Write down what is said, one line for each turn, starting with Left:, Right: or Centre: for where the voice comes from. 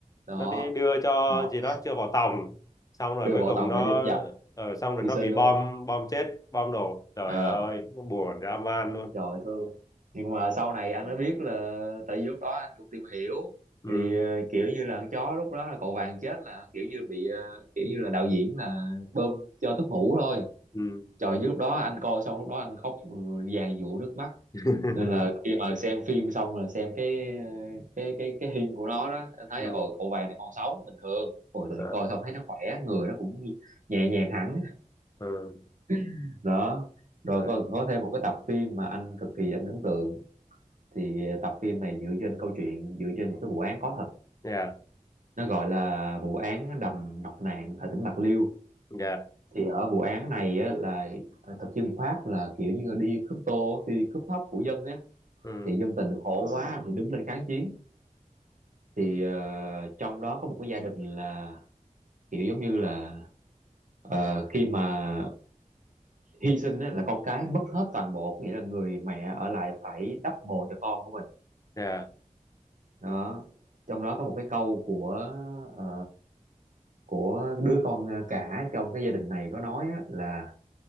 Right: đó
Left: nó đi đưa cho
Right: đó
Left: gì đó chưa vào tòng xong rồi
Right: đưa
Left: cuối
Right: bộ
Left: cùng
Right: tòng
Left: nó
Right: để đi đánh giặc
Left: ờ, xong rồi
Right: hy
Left: nó
Right: sinh
Left: bị
Right: luôn
Left: bom bom chết bom đổ trời
Right: Ờ,
Left: ơi nó buồn dã man luôn
Right: trời ơi, thương nhưng mà sau này anh mới biết là tại vì lúc đó anh cũng tìm hiểu
Left: ừ
Right: thì ờ, kiểu như là con chó lúc đó là cậu vàng chết là kiểu như bị ờ, kiểu như là đạo diễn là bơm cho thuốc ngủ thôi
Left: ừ
Right: trời chứ lúc đó anh coi xong lúc đó anh khóc ừ, dàn dụa nước mắt
Left: <laughs>
Right: nên là khi mà xem phim xong là xem cái cái cái cái hình của nó đó anh thấy
Left: ừ
Right: ồ cậu vàng này còn sống bình thường ôi tự
Left: ờ,
Right: nhiên coi xong thấy nó khỏe người nó cũng nhẹ nhàng hẳn
Left: ừ
Right: <laughs> đó rồi
Left: rồi
Right: có, có thêm một cái tập phim mà anh cực kỳ anh ấn tượng thì tập phim này dựa trên câu chuyện dựa trên một cái vụ án có thật
Left: dạ
Right: nó gọi là vụ án đầm nọc nạn tại tỉnh Bạc Liêu
Left: dạ
Right: thì ở vụ án này á, là thực dân Pháp là kiểu như đi cướp tô đi cướp thóc của dân á
Left: ừ
Right: thì dân tình khổ quá thì đứng lên kháng chiến thì ờ, trong đó có một cái gia đình là kiểu giống như là ờ, khi mà hy sinh á, là con cái mất hết toàn bộ nghĩa là người mẹ ở lại phải đắp bồ cho con của mình
Left: dạ
Right: đó trong đó có một cái câu của ờ, của đứa con ờ, cả trong cái gia đình này có nói á, là